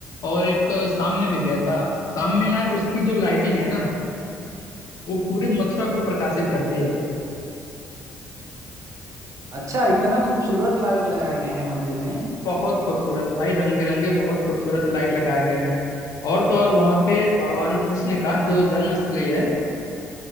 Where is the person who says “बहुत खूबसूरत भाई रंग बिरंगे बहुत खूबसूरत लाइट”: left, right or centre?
Left